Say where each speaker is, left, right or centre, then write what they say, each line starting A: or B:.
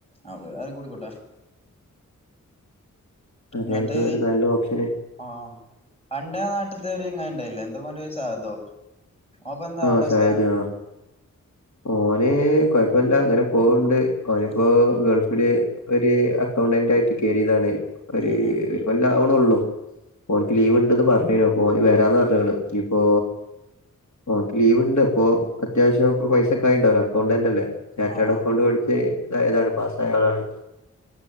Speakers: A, on the left; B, on the left.
A: ആ ഓര് അരെ കൂടിക്കോട്ടെ
B: അതായിരിക്കും
A: ന്നിട്ട്..
B: ഒരു നല്ല ഓപ്ഷന്
A: ആഹ് അന്റെ നാട്ടത്തോരു ചങ്ങായിണ്ടായില്ലേ എന്താ ഓൻ്റെ പേര് സഹതോ ഓ അപ്പൊ എന്താ
B: ആഹ്
A: വന്റെ അവസ്ഥ
B: സായത് ആ ഓന് കൊഴപ്പില്ല അങ്ങനെ പോവണ്ട് ഓനിപ്പോ
A: ഉം
B: ഗൾഫില് ഒരു അക്കൗണ്ടന്റ് ആയിട്ട് കയറിയതാണ് ഒരു
A: ആഹ്
B: കൊല്ലാവണുള്ളു ഓനിക്ക് ലീവ് ഇണ്ടന്ന് പറഞ്ഞെനു അപ്പൊ ഓന് വരാന്ന് പറഞ്ഞേക്കണ് ഇപ്പോ ഓനിക്ക് ലീവ് ഇണ്ട് അപ്പൊ അത്യാവശ്യം പൈസക്കായ ഉണ്ടാവല്ലോ അക്കൗണ്ടന്റ് അല്ലേ ചാറ്റേഡ്
A: ആഹ് ആഹ് ആഹ്
B: അക്കൗണ്ട് പഠിച്ച ഏതാണ് പാസ്സായ ആളാണ്